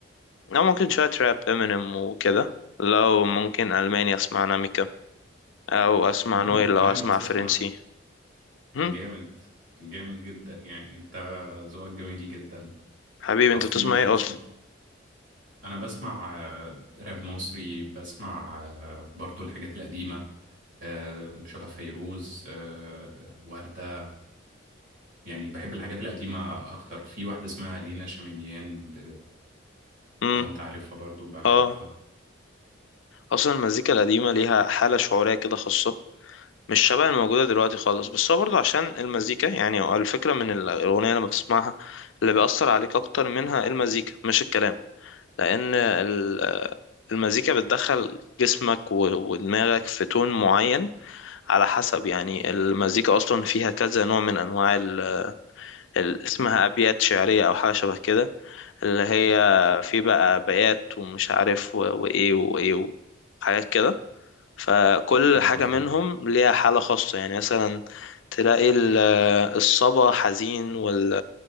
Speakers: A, on the left; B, on the right.
A: أو ممكن شوية راب امينيم وكده لو ممكن ألماني أسمع ناميكا أو أسمع
B: تمام
A: نويل لو
B: كمان
A: أسمع
B: بتسمع
A: فرنسي هم؟
B: جامد جامد جدا يعني انت ذوقك جميل جدا
A: حبيبي
B: طب
A: أنت
B: في
A: بتسمع إيه
B: في
A: أصلا؟
B: انا بسمع آه، راب مصري بسمع آه، برضو الحاجات القديمة آه، شبه فيروز آه، وردة يعني بحب الحاجات القديمة أكتر في واحدة اسمها لينا شميميان ب...
A: مم.
B: لو أنت عارفها برضو بحبها
A: آه أصلا المزيكا القديمة ليها حالة شعورية كده خاصة مش شبه الموجودة دلوقتي خالص بس هو برضه عشان المزيكا يعني هو الفكرة من الأغنية لما تسمعها اللي بيأثر عليك أكتر منها المزيكا مش الكلام لأن ال- المزيكا بتدخل جسمك و- ودماغك في تون معين على حسب يعني المزيكا أصلا فيها كذا نوع من أنواع ال- ال- اسمها أبيات شعرية أو حاجة شبه كده اللي هي في بقى بيات ومش عارف و- وإيه وإيه وحاجات كده فكل
B: فاهم
A: حاجة
B: قصدك
A: منهم ليها حالة خاصة يعني مثلا تلاقي ال- الصبا حزين وال